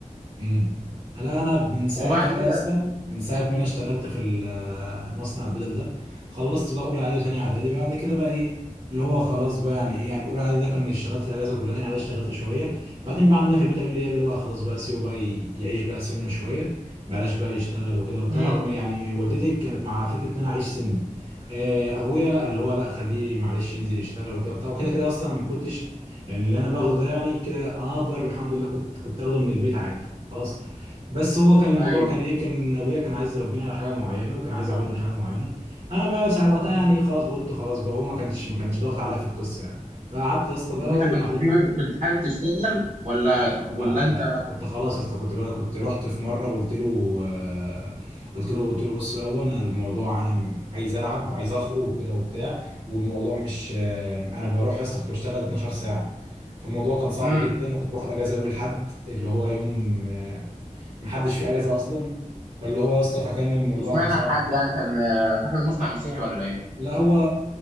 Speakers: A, on the right; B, on the right.
A: امم هلا انا من ساعتها
B: وبعد
A: بقى
B: كده
A: يا اسطى من ساعه ما انا اشتغلت في ال- مصنع البدل ده خلصت بقى اولى اعدادي وثانيه اعدادي بعد كده بقى ايه اللي هو خلاص بقى يعني ايه يعني اولى اعدادي ده كان اشتغلت الاجازه كلها ثانيه اعدادي اشتغلت شويه بعدين بقى عندنا في البيت قالوا لي يلا بقى خلاص بقى سيبه بقى ي- يعيش بقى سنه شويه بلاش بقى يشتغل وكده وبتاع
B: امم
A: رغم يعني والدتي كانت مع فكره ان انا اعيش سني آه، ابويا لا اللي هو لا خليه معلش ينزل يشتغل وكده وبتاع وكده كده اصلا انا ما كنتش يعني اللي انا باخده ده يعني كده انا اقدر الحمد لله كنت كنت اخده من البيت عادي خلاص بس هو كان الموضوع
B: ايوه
A: كان ايه كان ابويا كان عايز يربيني على حاجه معينه وكان عايز يعودني على حاجه معينه انا بقى ساعة وقتها
B: مم.
A: يعني ايه خلاص بقى قلت خلاص بقى هو ما كانش ما كانش ضاغط عليا في القصه يعني فقعدت يا اسطى بقى
B: انت
A: وبعدين
B: كنت حابب كنت حابب تشتغل ولا
A: لا
B: ولا
A: لا
B: انت
A: لا كنت خلاص يا اسطى كنت بقى كنت رحت في مره قلت له آه، قلت له قلت له بص بقى بابا، انا الموضوع انا عايز العب وعايز اخرج وكده وبتاع والموضوع مش آه، انا بروح يا اسطى كنت بشتغل 12 ساعه فالموضوع كان صعب
B: امم
A: جدا وكنت باخد اجازه يوم الاحد اللي هو يوم آه، محدش فيه اجازه اصلا فاللي هو يا اسطى فكان الموضوع
B: مش معنى
A: كان صعب
B: الحد يعني كان آه، صاحب المصنع مسيحي ولا ايه؟
A: لا هو